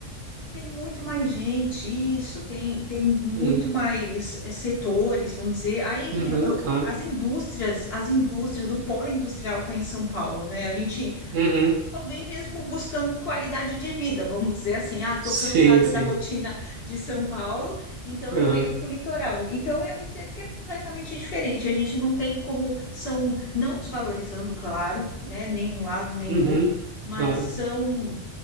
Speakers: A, on the left; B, on the right.
A: Tem muito mais gente, isso, tem, tem muito
B: Uhum.
A: mais eh, setores, vamos dizer. Aí
B: Uhum,
A: eh, eh,
B: claro.
A: as indústrias, as indústrias, o polo industrial está em São Paulo, né? A gente
B: Uhum.
A: só vem mesmo buscando qualidade de vida, vamos dizer assim, ah, estou
B: Sim,
A: cansada
B: sim.
A: da rotina de São Paulo, então
B: Uhum.
A: eu venho para o litoral. Então eu entendo que é completamente diferente. A gente não tem como são, não desvalorizando, claro, né? Nem um lado, nem
B: Uhum.
A: o outro, mas
B: Claro.
A: são